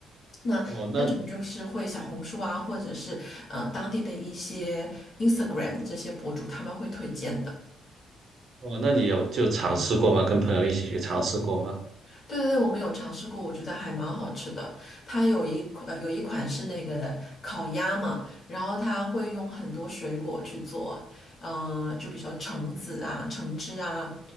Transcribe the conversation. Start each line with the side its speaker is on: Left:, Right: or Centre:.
Left: 那这种就是会小红书啊，
Right: 哦，那
Left: 或者是呃当地的一些 Instagram 的这些博主他们会推荐的。
Right: 哦，那你有就尝试过吗？跟朋友一起去尝试过吗？
Left: 对对对，我们有尝试过，我觉得还蛮好吃的。它有一款、呃、有一款是那个烤鸭嘛，然后它会用很多水果去做，呃，就比如说橙子啊、橙汁啊